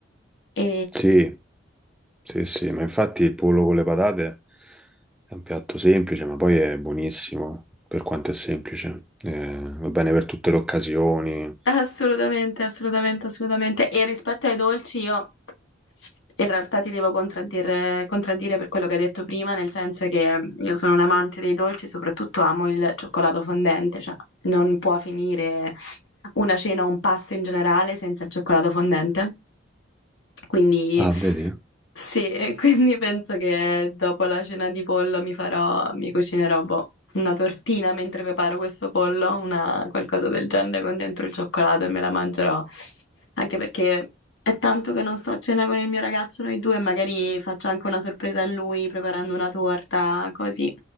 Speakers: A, on the left (about 75°); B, in the centre.
A: E
B: Sì, sì, sì, ma infatti il pollo con le patate è un piatto semplice, ma poi è buonissimo per quanto è semplice. Eh, va bene per tutte le occasioni.
A: Assolutamente, assolutamente, assolutamente. E rispetto ai dolci, io in realtà ti devo contraddire, contraddire per quello che hai detto prima, nel senso che mm, io sono un amante dei dolci, soprattutto amo il cioccolato fondente, cioè non può finire una cena o un pasto in generale senza il cioccolato fondente. Quindi
B: Ah, vedi?
A: sì, e quindi penso che dopo la cena di pollo mi farò, mi cucinerò boh, una tortina mentre preparo questo pollo, una, qualcosa del genere con dentro il cioccolato e me la mangerò. Anche perché è tanto che non sto a cena con il mio ragazzo, noi due, magari faccio anche una sorpresa a lui preparando una torta, così.